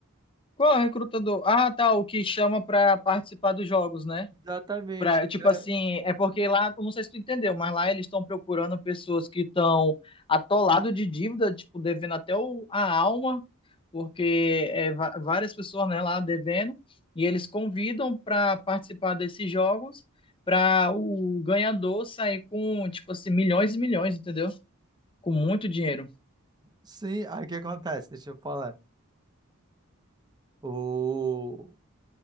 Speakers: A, on the left (about 25°); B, on the right (about 20°).
A: Qual é o recrutador? Ah, tá, o que chama pra participar dos jogos, né?
B: Exatamente.
A: Pra, tipo
B: que é-
A: assim, é porque lá, eu não sei se tu entendeu, mas lá eles estão procurando pessoas que estão atolado de dívida, tipo, devendo até o- a alma, porque é, va- várias pessoas, né, lá devendo, e eles convidam para participar desses jogos para o ganhador sair com, tipo assim, milhões e milhões, entendeu? Com muito dinheiro.
B: Sim, aí o que acontece? Deixa eu falar. O.